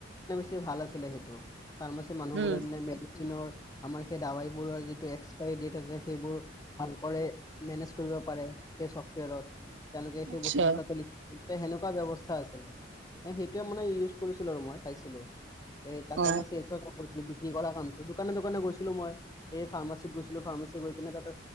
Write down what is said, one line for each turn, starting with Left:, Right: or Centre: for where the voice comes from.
Left: সিচাঁ <unintelligible> ভাল আছিলে সেইটো ফাৰ্মাচি মানুহবোৰে
Right: উম
Left: মানে মেডিচিনৰ আমাৰ সেই দাবাইবোৰৰ যিটো আ সেইবোৰ ভালক মেনেজ কৰিব পাৰে সেই চফটৱেৰত তেওঁলোকে সেই
Right: আচ্ছা
Left: বস্তুবোৰ তাতে লিখি সেনেকুৱা ব্যৱস্থা আছিলে য়া মানে ইউজ কৰিছিলো আৰু মই চাইছিলো তে তাতে
Right: অ
Left: মই চিয়েল চৰ কাম কৰিছিলো বি্ৰী কৰা কামটো দোকানে দোকানে গৈছিলো মই এই ফাৰ্মাচিতত গৈছিলো ফাৰ্মাচী গৈ কিনে তাতে